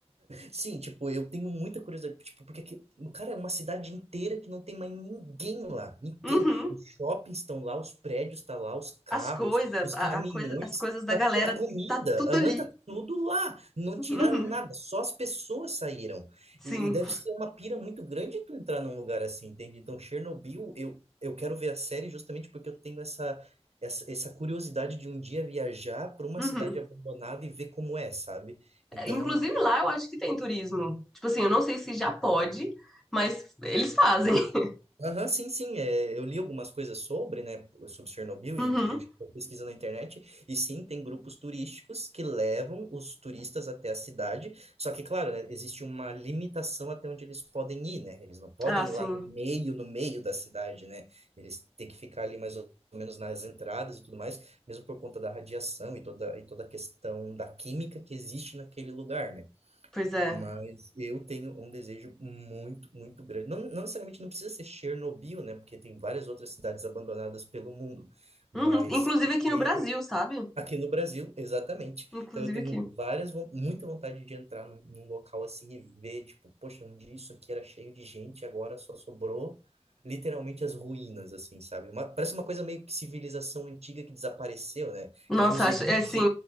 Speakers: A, on the right; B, in the centre.
A: Sim, tipo, eu tenho muita curiosidade, tipo, porque aqui, cara, é uma cidade inteira que não tem mais ninguém lá, ninguém.
B: Uhum.
A: Os shoppings estão lá, os prédios estão lá, os carros,
B: As coisas,
A: os
B: a,
A: caminhões,
B: a coisa, as coisas da
A: tá
B: galera,
A: tu- a comida,
B: tá tudo
A: aham,
B: ali.
A: tá tudo lá. Não
B: Uhum.
A: tiraram nada, só as pessoas saíram.
B: Sim.
A: E, e deve ser uma pira muito grande tu entrar num lugar assim, entende? Então, Chernobyl, eu, eu quero ver a série justamente porque eu tenho essa, essa, essa curiosidade de um dia viajar para uma
B: Uhum.
A: cidade abandonada e ver como é, sabe? Então,
B: Inclusive lá eu acho que tem turismo. Tipo assim, eu não sei se já pode, mas eles fazem. <laughs>
A: Aham, sim, sim. é, eu li algumas coisas sobre, né, sobre Chernobyl
B: Uhum.
A: e que a gente pesquisa na internet. E sim, tem grupos turísticos que levam os turistas até a cidade. Só que, claro, né, existe uma limitação até onde eles podem ir, né? Eles não podem
B: Ah, sim.
A: ir lá no meio, no meio da cidade, né? Eles têm que ficar ali mais ou menos nas entradas e tudo mais, mesmo por conta da radiação e toda, e toda a questão da química que existe naquele lugar, né?
B: Pois é.
A: Mas eu tenho um desejo muito, muito grande. Não, não necessariamente não precisa ser Chernobyl, né? Porque tem várias outras cidades abandonadas pelo mundo. Mas
B: Uhum. Inclusive
A: eu
B: aqui
A: tenho
B: no Brasil, sabe?
A: aqui no Brasil, exatamente.
B: Inclusive
A: Então eu tenho
B: aqui.
A: várias, von- muita vontade de entrar num, num local assim e ver, tipo, poxa, um dia isso aqui era cheio de gente, agora só sobrou literalmente as ruínas, assim, sabe? Uma- parece uma coisa meio que civilização antiga que desapareceu, né?
B: Nossa,
A: Que nem os
B: eu
A: egípcios.
B: acho. É assim,